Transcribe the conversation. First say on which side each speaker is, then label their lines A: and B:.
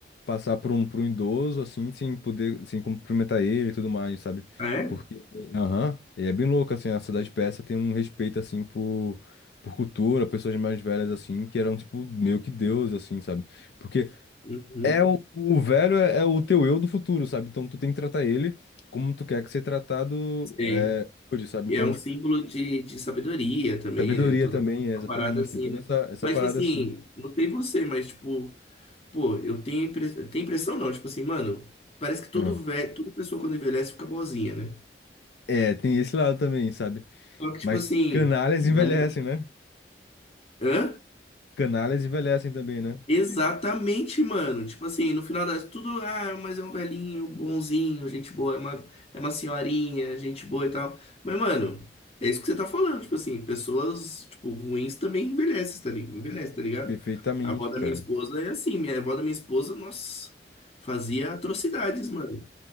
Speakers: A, on the left; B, on the left.
A: passar por um, por um idoso assim sem poder, sem cumprimentar ele e tudo mais, sabe?
B: Ah, é?
A: Porque, aham, e é bem louco assim, a cidade persa tem um respeito assim por por cultura, pessoas mais velhas assim, que eram tipo meio que deus assim, sabe? Porque
B: Uhum.
A: é o, o velho é, é o teu eu do futuro, sabe? Então tu tem que tratar ele como tu quer que ser tratado
B: Sei.
A: é, hoje, sabe?
B: E
A: Então,
B: é um símbolo de, de sabedoria também,
A: sabedoria
B: né? Toda
A: também é exatamente,
B: uma parada assim,
A: tem toda
B: né?
A: essa essa
B: Mas,
A: parada
B: tipo assim,
A: assim.
B: não sei você, mas, tipo. Pô, eu tenho, impre... tenho impressão não, tipo assim, mano, parece que todo
A: Ah.
B: velho, toda pessoa quando envelhece fica boazinha, né?
A: É, tem esse lado também, sabe?
B: Só que, tipo
A: Mas
B: assim,
A: canalhas
B: mas
A: envelhecem,
B: não-
A: né?
B: hã?
A: Canalhas envelhecem também, né?
B: Exatamente, mano. Tipo assim, no final das tudo, ah, mas é um velhinho, bonzinho, gente boa, é uma, é uma senhorinha, gente boa e tal. Mas, mano, é isso que você tá falando, tipo assim, pessoas, tipo, ruins também envelhecem, tá ligado? Envelhece, tá ligado?
A: Perfeitamente,
B: A avó da
A: cara.
B: minha esposa é assim, minha avó da minha esposa, nossa, fazia atrocidades, mano.